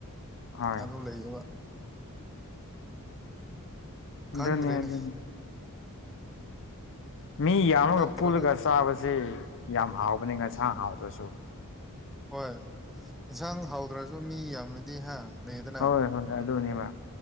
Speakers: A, on the left; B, in the centre.
A: ꯍꯣꯏ
B: ꯑꯗꯨ ꯂꯩꯌꯦꯕ
A: ꯑꯗꯨꯅꯤ
B: ꯈꯪꯗ꯭ꯔꯦꯅꯦ
A: ꯑꯗꯨꯅꯤ ꯃꯤ ꯌꯥꯝꯃꯒ
B: ꯅꯠꯇ꯭ꯔꯒ
A: ꯄꯨꯜꯂꯒ ꯆꯥꯕꯁꯤ ꯌꯥꯝ ꯍꯥꯎꯕꯅꯤ ꯉꯁꯥꯡ ꯍꯥꯎꯗ꯭ꯔꯁꯨ
B: ꯍꯣꯏ ꯏꯟꯁꯥꯡ ꯍꯥꯎꯗ꯭ꯔꯁꯨ ꯃꯤ ꯌꯥꯝꯃꯥꯗꯤ ꯍꯥ ꯂꯩꯗꯅ
A: ꯍꯣꯏ ꯍꯣꯏ ꯑꯗꯨꯅꯦꯕ